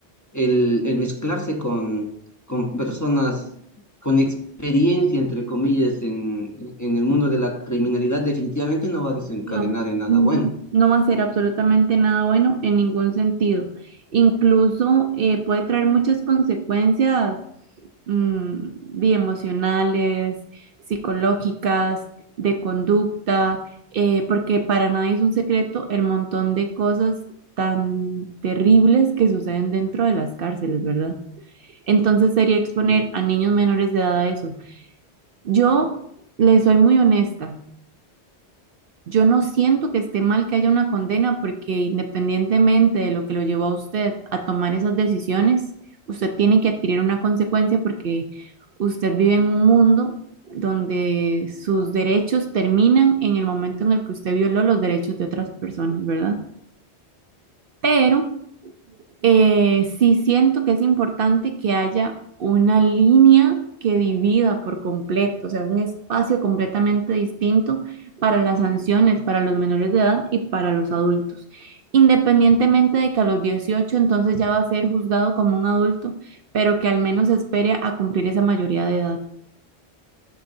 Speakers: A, on the left; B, on the right.
A: El, el mezclarse con, con personas con experiencia, entre comillas, en, en el mundo de la criminalidad, definitivamente no va a desencadenar
B: No,
A: en nada
B: no,
A: bueno.
B: no va a ser absolutamente nada bueno en ningún sentido. Incluso eh, puede traer muchas consecuencias mm, de emocionales, psicológicas, de conducta, eh, porque para nadie es un secreto el montón de cosas tan terribles que suceden dentro de las cárceles, ¿verdad? Entonces sería exponer
A: Mm,
B: a niños menores de edad a eso. Yo les soy muy honesta. Yo no siento que esté mal que haya una condena porque independientemente de lo que lo llevó a usted a tomar esas decisiones, usted tiene que adquirir una consecuencia porque usted vive en un mundo donde sus derechos terminan en el momento en el que usted violó los derechos de otras personas, ¿verdad? Pero eh, sí siento que es importante que haya una línea que divida por completo, o sea, un espacio completamente distinto para las sanciones, para los menores de edad y para los adultos. Independientemente de que a los 18 entonces ya va a ser juzgado como un adulto, pero que al menos espere a cumplir esa mayoría de edad.